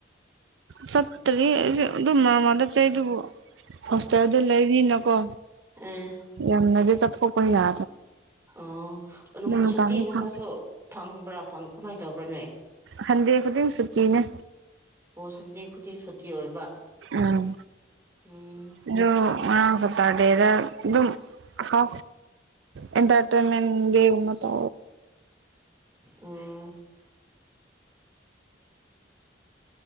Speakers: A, on the right; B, on the right.
A: ꯆꯠꯇ꯭ꯔꯤ ꯑꯗꯨꯝꯃꯃꯥꯗ ꯆ ꯆꯩꯗꯨꯕꯨ ꯍꯣꯁꯇꯦꯜꯗ ꯂꯩꯔꯤꯅꯀꯣ
B: ꯑꯦ
A: ꯌꯥꯝꯅꯗꯤ ꯆꯠꯊꯣꯛꯄ ꯌꯥ
B: ꯑꯣ ꯑꯗꯨꯝ
A: ꯃꯇꯝꯗꯣ
B: ꯁꯨꯇꯤꯒꯨꯝꯕꯁꯨ
A: ꯐꯪ
B: ꯐꯪꯕ꯭ꯔꯥ ꯀꯃꯥꯏꯅ ꯇꯧꯕ꯭ꯔꯥ ꯅꯣꯏ
A: ꯁꯟꯗꯦ ꯈꯨꯗꯤꯡ ꯁꯨꯇꯤꯅꯦ
B: ꯑꯣ ꯁꯟꯗꯦ ꯈꯨꯗꯤꯡ ꯁꯨꯇꯤ ꯑꯣꯏꯕ
A: ꯎꯝ
B: ꯎꯝ
A: ꯑꯗꯨ ꯉꯔꯥꯡ ꯁꯇꯥꯔ ꯗꯦꯗ ꯑꯗꯨ ꯑꯗꯨꯝ ꯍꯥꯐ ꯑꯦꯟꯇꯔꯇꯩꯟꯃꯦꯟꯦ ꯎꯅ ꯇ
B: ꯎ <unintelligible> <inaudible>